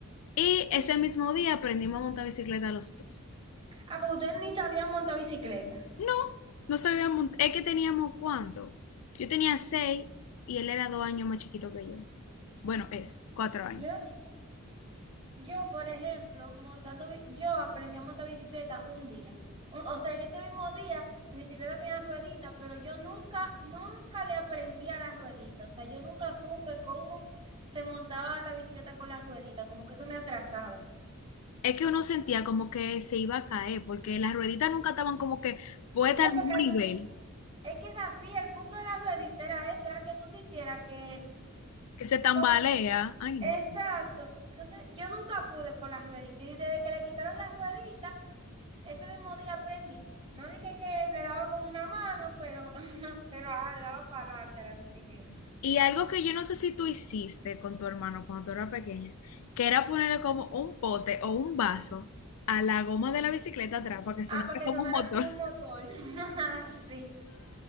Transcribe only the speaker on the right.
Ah, pues ustedes ni sabían montar bicicleta.
Yo, yo, por ejemplo, montando, bi- yo aprendí a montar bicicleta un día. Un- o sea, en ese mismo día, mi bicicleta tenía ruedita, pero yo nunca, nunca le aprendí a las rueditas. O sea, yo nunca supe cómo se montaba la bicicleta con las rueditas, como que eso me atrasaba.
No,
porque
había
un- es que era así, el punto de las rueditas era ese, era que tú sintieras que
Con...
Exacto.
Entonces, yo nunca pude con las rueditas. Y desde que le quitaron las rueditas, ese mismo día aprendí. No dije que le daba con una mano, pero, <laughs> pero ajá, le daba para adelante a la bicicleta.
Ah, para que
sonara
como
un motor. <laughs> Sí,